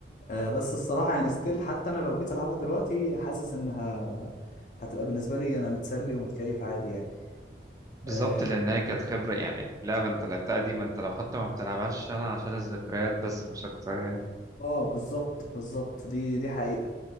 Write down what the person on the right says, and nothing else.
بالظبط
لأن هي كانت خبرة يعني لعبة أنت لعبتها دي ما أنت لو حتى ما بتلعبهاش عشان عشان الذكريات بس مش أكتر يعني